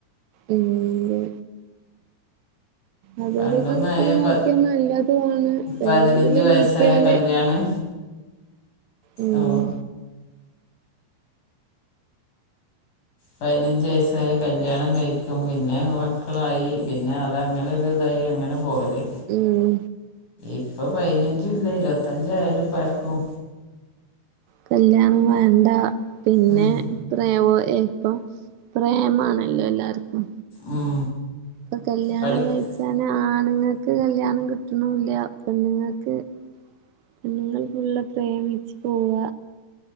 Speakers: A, on the right (about 75°); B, on the left (about 55°).
A: ഉം അതൊരു
B: പണ്ടൊന്നും
A: കണക്കില്
B: ആയ
A: നോക്കിയാ
B: പ
A: നല്ലതും ആണ് വേറെതില്
B: പതിനഞ്ച് വയസ്സായ
A: നോക്കിയാല്
B: കല്യാണം
A: ഉം
B: ഓ പയിനഞ്ച് വയസ്സായ കല്യാണം കഴിക്കും പിന്നെ മക്കളായി പിന്നെ അതങ്ങനെരുതായി അങ്ങനെ പോവല്
A: ഉം
B: ഇപ്പ പതിനഞ്ചും ഇല്ല ഇരുപത്തഞ്ചായാലും പ്പാർക്കും
A: കല്യാണം വേണ്ട പിന്നെ
B: ഉം
A: പ്രമോയ ഇപ്പൊ പ്രേമാണല്ലോ എല്ലാർക്കും
B: ഉം
A: ഇപ്പൊ കല്ല്യാണം
B: പഠിക്കും
A: കഴിച്ചാന് ആണുങ്ങൾക്ക് കല്യാണം കിട്ടണൂല്ല പെണ്ണുങ്ങൾക്ക് പെൺങ്ങൾ ഫുള്ള് പ്രേമിച്ച് പൊവ്വ